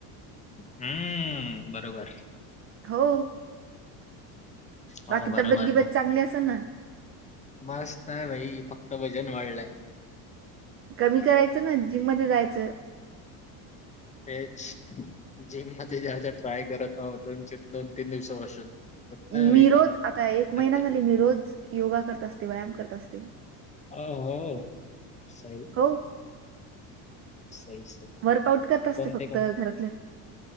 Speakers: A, on the left; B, on the right.
A: हम्म बरोबर.
B: हो. बाकी
A: हो बरोबर
B: तब्येत गिब्येत
A: ना.
B: चांगली असेल ना
A: मस्त आहे भाई, फक्त वजन वाढलंय.
B: कमी करायचं ना, जिममध्ये जायचं.
A: तेच जिम मध्ये जायचं ट्राय करत आहे दोन दोन तीन दिवसापासून. होत नाही भाई
B: मी
A: जाणं
B: रोज आता एक
A: आज
B: महिना झाली मी रोज योगा करत असते, व्यायाम करत असते.
A: ओ हो सही.
B: हो
A: सही. सही
B: वर्कआउट करत असते
A: कोणते
B: फक्त
A: कोण
B: घरातलं.